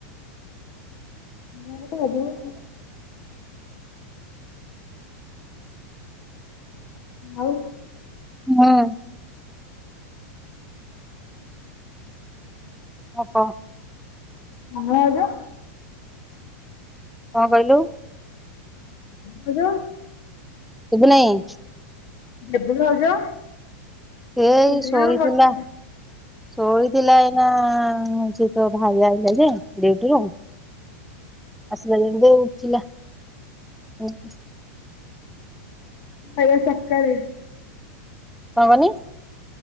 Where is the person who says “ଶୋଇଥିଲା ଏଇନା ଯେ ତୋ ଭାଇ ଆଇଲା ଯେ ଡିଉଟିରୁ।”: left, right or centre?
Centre